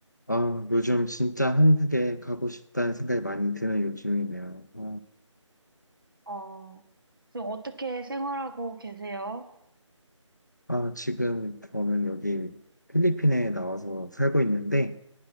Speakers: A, on the left; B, on the right.
A: 아, 요즘 진짜 한국에 가고 싶다는 생각이 많이 드는 요즘이네요. 아,
B: 어, 지금 어떻게 생활하고 계세요?
A: 아, 지금 저는 여기 필리핀에 나와서 살고 있는데,